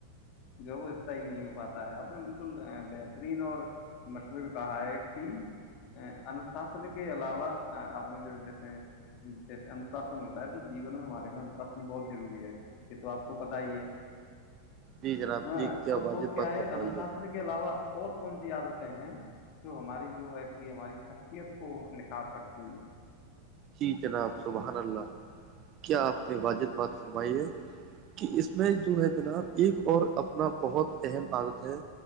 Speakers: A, on the left (about 40°); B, on the right (about 35°).
A: جو ہے وہ استائی نہیں ہو پاتا ہے آپ نے بالکل بہترین اور مشور کہا ہے کہ انوشاسن کے علاوہ آپ مجھے جیسے جیسے انشاسن ہوتا ہے تو جیون ہمارے میں انشاسن بہت ضروری ہے یہ تو آپ کو پتا ہی ہے
B: جی جناب
A: ہاں
B: جی کیا
A: اور
B: واجب
A: تو کیا
B: بات
A: ہے
B: فرمائی
A: انوشاسن کے علاوہ اور کون سی عادتیں ہیں جو ہماری جو ہے کہ ہماری شخصیت کو نکھار سکتی ہیں
B: جی جناب سبحان اللہ کیا آپ نے واجح بات فرمائی ہے کہ اس میں جو ہے جناب ایک اور اپنا بہت اہم عادت ہے